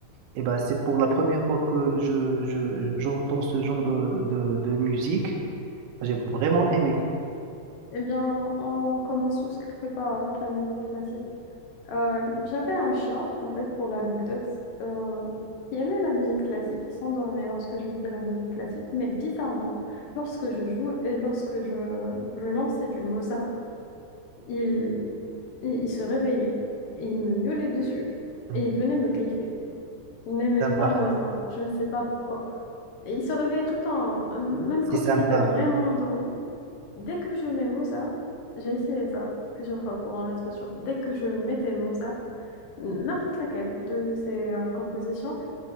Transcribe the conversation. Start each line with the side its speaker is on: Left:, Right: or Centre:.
Right: Et bah, c'est pour la première fois que je je j'entends ce genre de de, de musique. J'ai vraiment aimé.
Left: Eh bien, on commence tous quelque part avec la musique classique. Euh, j'avais un chat, en fait, pour l'anecdote, euh, qui aimait la musique classique, il s'endormait lorsque je mettais la musique classique, mais bizarrement, lorsque je jouais et lorsque je, je lançais du Mozart, il, il, il se réveillait et il me miaulait dessus
Right: Hmm,
Left: et il venait me griffer. Il n'aimait
Right: Sympa,
Left: pas Mozart, je ne sais pas pourquoi. Et il se réveillait tout le temps, hein, même
Right: c'est
Left: quand
Right: sympa.
Left: il était vraiment endormi, Dès que je mets Mozart, j'ai essayé ça plusieurs fois pour en être sûre. Dès que je mettais Mozart, n'importe laquelle de ses euh, compositions,